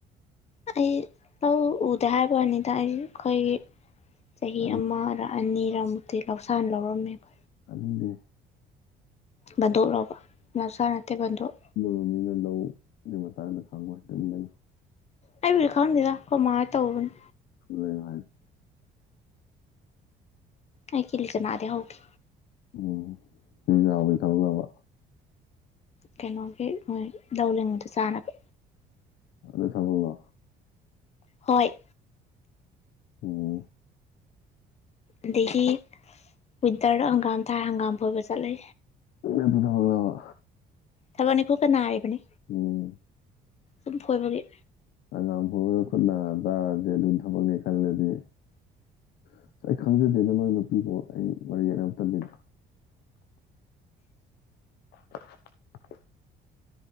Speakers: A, on the left; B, on the left.
A: ꯑꯩ ꯂꯧ ꯎꯗꯦ ꯍꯥꯏꯕ ꯋꯥꯅꯤꯗ ꯑꯩꯁꯨ ꯑꯩꯈꯣꯏꯒꯤ ꯆꯍꯤ
B: ꯇꯥꯅꯤꯡ
A: ꯑꯃꯔꯥ ꯑꯅꯤꯔꯃꯨꯛꯇꯤ ꯂꯧꯁꯥꯟ ꯂꯧꯔꯝꯃꯦꯕ꯫
B: ꯑꯅꯤꯅꯦ꯫
A: ꯕꯟꯗꯣꯛ ꯂꯧꯕ ꯂꯧꯁꯥꯟ ꯅꯠꯇꯦ ꯕꯟꯗꯣꯛ꯫
B: ꯑꯗꯨꯅ ꯃꯤꯅ ꯂꯧ ꯒꯤ ꯃꯇꯥꯡꯗ ꯈꯪꯉꯣꯏ ꯇꯨꯃꯤꯟ ꯂꯩꯌꯨ꯫
A: ꯑꯩꯕꯨꯗꯤ ꯈꯪꯗꯦꯗ ꯈꯣꯏ ꯃꯥ ꯍꯣꯏ ꯇꯧꯕꯅꯤ꯫
B: ꯑꯗꯨꯅꯦ ꯑꯩꯅ ꯍꯥꯏꯁꯦ꯫
A: ꯑꯩ ꯀꯤꯂꯤ ꯆꯅꯥꯗꯤ ꯍꯧꯒꯦ꯫
B: ꯀꯣ ꯀꯤꯂꯤꯆꯅꯥ ꯍꯧꯕꯁꯦ ꯊꯕꯛꯂꯕ꯫
A: ꯀꯩꯅꯣꯒꯤ ꯃꯣꯏ ꯂꯧ ꯂꯤꯡꯕꯗ ꯆꯥꯅꯕ꯫
B: ꯑꯗꯨ ꯊꯕꯛꯂꯣ
A: ꯍꯣꯏ
B: ꯎꯝ
A: ꯑꯗꯩꯗꯤ ꯋꯤꯟꯇꯔꯗ ꯍꯪꯒꯥꯝ ꯊꯥꯔ ꯍꯪꯒꯥꯝ ꯐꯣꯏꯕ ꯆꯠꯂꯦ
B: ꯑꯗꯨ ꯊꯕꯛꯂꯕ
A: ꯊꯕꯛꯅꯤ ꯀꯨꯠꯀ ꯅꯔꯤꯕꯅꯤ
B: ꯎꯝ
A: ꯑꯗꯨꯝ ꯐꯣꯏꯕꯒꯤ
B: ꯍꯪꯒꯥꯝ ꯐꯣꯢꯔꯒ ꯈꯨꯠꯅ ꯇꯥꯔꯗꯤ ꯑꯗꯨꯝ ꯊꯕꯛꯅꯦ ꯈꯜꯂꯗꯤ ꯑꯁ ꯑꯩ ꯈꯪꯖꯗꯦꯗ ꯅꯣꯢ ꯅꯨꯄꯤꯒꯤ ꯊꯕꯛ ꯑꯩ ꯃꯔꯩ ꯌꯦꯠꯅꯕ ꯇꯜꯂꯤꯗ <unintelligible>